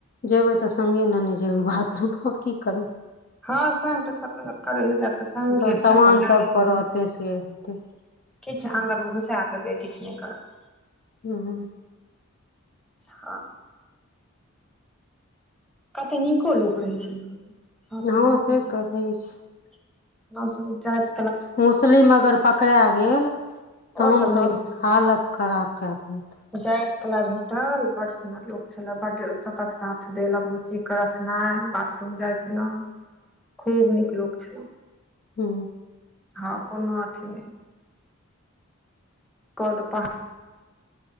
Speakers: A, on the left; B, in the centre.
A: जेबै तऽ संगे नेने जेबै बाथरूमे आओर की करबै
B: हँ सङ् तऽ करैल जातै सङ्गे
A: तऽ सामान
B: अपन लेने
A: सबके रहतै से हेतै
B: किछु
A: ओकर
B: अन्दरमे
A: देखतै
B: घुसा देबै किछु नहि करत।
A: ह।
B: हँ कत नीको लोक रहे छै ई सभ
A: हँ
B: खरापे
A: से
B: रह
A: तऽ रहै छै
B: छल गाम सभ जायत
A: मुस्लिम अगर पकड़ा गेल तहन
B: ओ सब
A: तऽ
B: नहि
A: हालत। खराब कए देत।
B: जात कला भेटल बड़ सुन्दर लोक छले। बढ साथ देलक बुच्ची के रखनाइ, बाथरूम जाइ छलहुँं।
A: <inaudible>
B: खूब नीक लोग छलै
A: हू
B: हँ कोनो अथि नै काल पर